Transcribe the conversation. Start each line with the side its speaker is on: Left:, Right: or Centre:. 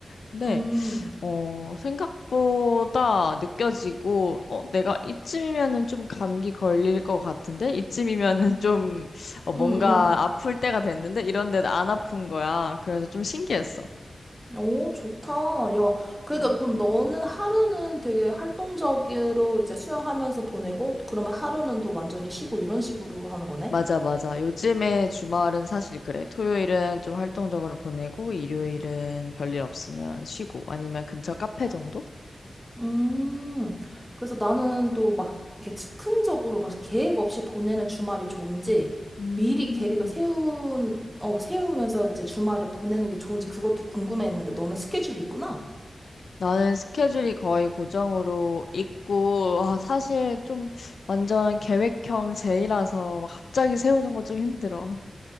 Left: 근데
Centre: 음,
Left: 어, 생각보다 느껴지고, 어, 내가 이쯤이면은 좀 감기 걸릴 것 같은데? 이쯤이면은 <laughs> 좀, 어, 뭔가
Centre: 음, 음.
Left: 아플 때가 됐는데? 이런데 안 아픈 거야. 그래서 좀 신기했어.
Centre: 오, 좋다. 야, 그러니까
Left: 음.
Centre: 그럼 너는 하루는 되게 활동적으로 이제 수영하면서 보내고, 그러면 하루는 또 완전히 쉬고 이런 식으로 하는 거네?
Left: 맞아, 맞아. 요즘에 주말은 사실 그래. 토요일은 좀 활동적으로 보내고, 일요일은 별일 없으면 쉬고, 아니면 근처 카페 정도?
Centre: 음, 그래서 나는 또 막 이렇게 즉흥적으로 막 계획 없이 보내는 주말이 좋은지,
Left: 음.
Centre: 미리 계획을 세운, 어, 세우면서 이제 주말을 보내는 게 좋은지 그것도 궁금했는데 너는 스케줄이 있구나?
Left: 나는 스케줄이 거의 고정으로 있고, 아, 사실 좀 완전 계획형 제이라서 막 갑자기 세우는 거 좀 힘들어.